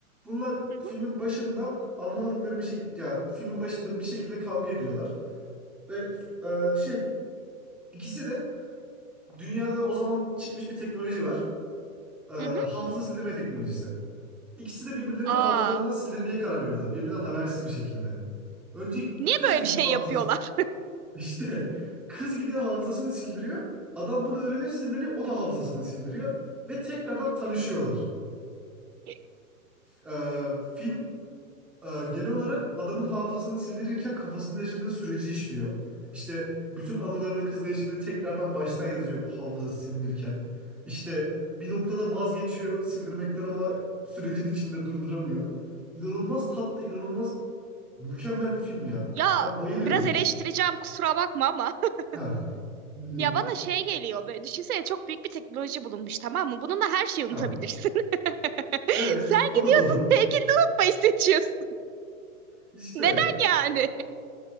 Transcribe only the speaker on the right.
Hı
hı. hı.
Aa,
niye
böyle
bir şey
yapıyorlar?
<laughs>
Ya
biraz eleştireceğim kusura bakma ama. <laughs>
Ya bana şey geliyor böyle düşünsene çok büyük bir teknoloji bulunmuş tamam mı? Bununla her şeyi
unutabilirsin. <laughs>
Sen
gidiyorsun
sevgilini unutmayı seçiyorsun.
<laughs> Neden yani?